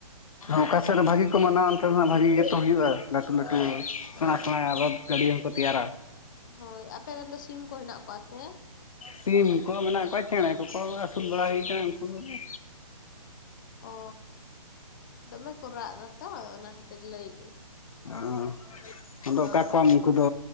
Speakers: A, on the left (about 65°); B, on the left (about 35°).
A: ᱚᱠᱟ ᱥᱮᱫ ᱨᱮ ᱵᱷᱟᱜᱤ ᱠᱚ ᱢᱟᱱᱟᱣᱟ ᱚᱱᱛᱮ ᱨᱮᱫᱚ ᱦᱟᱸᱜ ᱵᱷᱟᱜᱤ ᱜᱮᱛᱚ ᱦᱩᱭᱩᱜ-ᱟ ᱞᱟᱹᱴᱩ ᱞᱟᱹᱴᱩ ᱥᱮᱬᱟ ᱥᱮᱬᱟ ᱨᱚᱛᱷ ᱜᱟᱰᱤ ᱦᱚᱸᱠᱚ ᱛᱮᱭᱟᱨᱟ
B: ᱦᱳᱭ ᱟᱯᱮ ᱨᱮᱱ ᱫᱚ ᱥᱤᱢ ᱠᱚ ᱦᱮᱱᱟᱜ ᱠᱚᱣᱟ ᱥᱮ
A: ᱥᱤᱢ ᱠᱚ ᱢᱮᱱᱟᱜ ᱠᱚᱣᱟ ᱪᱮᱬᱮ ᱠᱚᱠᱚ ᱟᱹᱥᱩᱞ ᱵᱟᱲᱟ ᱦᱩᱭ ᱠᱟᱱᱟ ᱩᱱᱠᱩ ᱠᱚ ᱜᱮ
B: ᱚ ᱫᱚᱢᱮ ᱠᱚ ᱨᱟᱜ ᱫᱟ ᱛᱚ ᱚᱱᱟ ᱠᱷᱟᱹᱛᱤᱨ ᱞᱟᱹᱭᱮ ᱟᱹᱧ
A: ᱚ ᱟᱫᱚ
B: ᱦᱳᱭ
A: ᱚᱠᱟ ᱠᱚᱣᱟᱢ ᱩᱱᱠᱩ ᱫᱚ